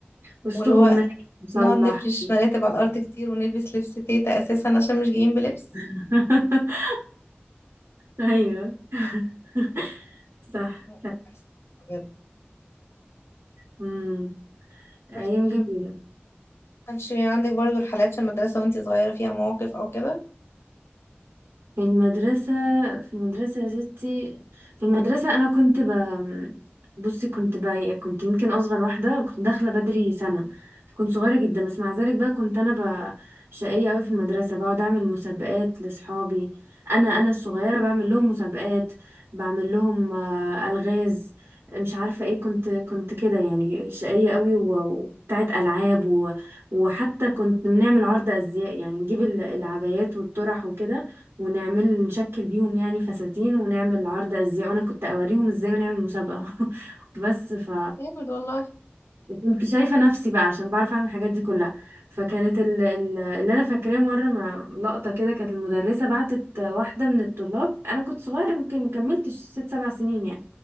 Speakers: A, on the right; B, on the left.
A: وسط
B: واللي
A: غماء
B: هو
A: مصلح
B: نقعد نفرش مراتب على الارض كتير ونلبس لبس تيتا اساسا عشان مش جايين بلبس
A: <laughs> ايوه <laughs> صح
B: لا، كانت أحسن بجد
A: فعلا
B: بحكي
A: أيام جميلة
B: كانش عندك برضو رحلات في المدرسة وانتي صغيرة فيها مواقف او كده
A: في المدرسة في المدرسة يا ستي في المدرسة أنا كنت ب... بصي كنت بقى إيه، كنت يمكن أصغر واحدة كنت داخلة بدري سنة كنت صغيرة جدا بس مع ذلك بقى كنت أنا ب... شقية أوي في المدرسة بقعد أعمل مسابقات لأصحابي أنا أنا الصغيرة بعمل لهم مسابقات بعمل لهم آه، ألغاز مش عارفة ايه كنت كنت كده يعني شقية قوي و- وبتاعت ألعاب و... وحتى كنت بنعمل عرض أزياء يعني نجيب ال- العبايات والطرح وكده ونعمل نشكل بيهم يعني فساتين ونعمل عرض ازياء وانا كنت اوريهم ازاي ونعمل مسابقة <laughs> بس ف
B: جامد والله
A: كنت شايفة نفسي بقى عشان بعرف اعمل الحاجات دي كلها فكانت ال... ال... اللي انا فاكراه مرة ما لقطة كده كانت المدرسة بعتت واحدة من الطلاب انا كنت صغيرة يمكن مكملتش ست سبع سنين يعني